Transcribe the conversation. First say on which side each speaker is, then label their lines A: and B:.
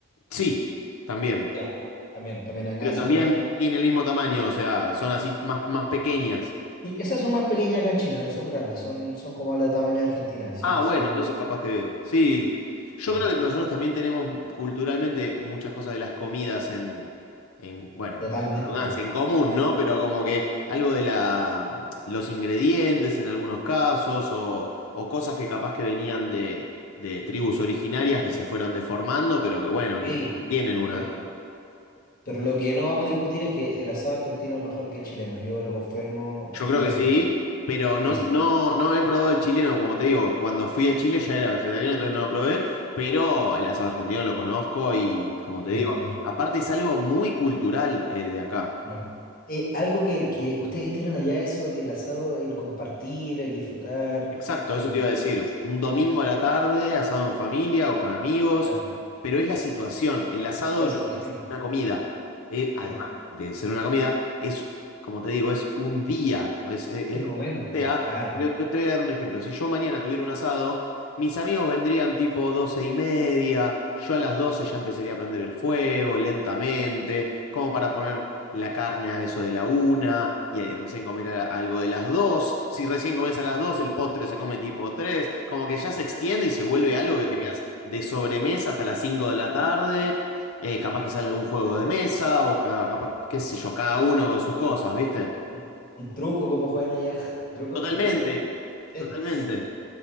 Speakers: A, on the left (about 85°); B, on the left (about 40°).
A: Sí, también.
B: Ya, también, también acá
A: Pero
B: se
A: también
B: come harta.
A: tienen el mismo tamaño, o sea, son así más, más pequeñas.
B: Y esas son más pequeñas acá en Chile, no son grandes, son, son como la tamaño de Argentina, sí,
A: Ah,
B: son
A: bueno, entonces capaz que sí. Yo
B: eh,
A: creo que nosotros también tenemos culturalmente muchas cosas de las comidas en, en, bueno,
B: totalmente.
A: redundancia, en común, ¿no? Pero como que algo de la, los ingredientes en algunos casos o, o cosas que capaz que venían de, de tribus originarias que se fueron deformando, pero que bueno,
B: Sí.
A: que tienen una,
B: eh, Pero lo que no vamos a discutir es que el asado argentino es mejor que el chileno. Yo lo confirmo,
A: Yo
B: fui
A: creo que
B: argentino.
A: sí, pero
B: Sí,
A: no,
B: sí,
A: no, no he probado el chileno, como te digo, cuando fui a Chile ya era vegetariano, entonces no lo probé, pero el asado argentino lo conozco y como te
B: sí,
A: digo,
B: no.
A: aparte es algo muy cultural eh, de acá.
B: Mm. Eh, algo que, que ustedes tienen allá, eso del asado, el compartir, el disfrutar,
A: Exacto,
B: el...
A: eso te iba a decir.
B: Sí,
A: Un domingo
B: sí, sí,
A: a la tarde, asado en familia o con amigos,
B: claro,
A: pero es la situación. El asado
B: la situación,
A: no es una comida. Eh,
B: sí,
A: además de ser una comida, es, como te digo, es un día. Es, es- es
B: es el
A: juntarte
B: momento,
A: a.
B: claro,
A: Porque te te voy a dar un ejemplo. Si yo mañana tuviera un asado, mis amigos vendrían tipo doce y media. Yo a las doce ya empezaría a prender el fuego lentamente, como para poner la carne a eso de la una y ahí recién comer a- algo de las dos. Si recién comes a las dos, el postre se come tipo tres. Como que ya se extiende y se vuelve algo que
B: claro.
A: te quedas de sobremesa hasta las 5 de la tarde. Eh, capaz que sale algún juego de mesa o ca- capaz, qué sé yo, cada uno con sus cosas, ¿viste?
B: Un, un truco como juegan allá, <laughs> truco,
A: Totalmente,
B: truco se llama? <laughs>
A: totalmente.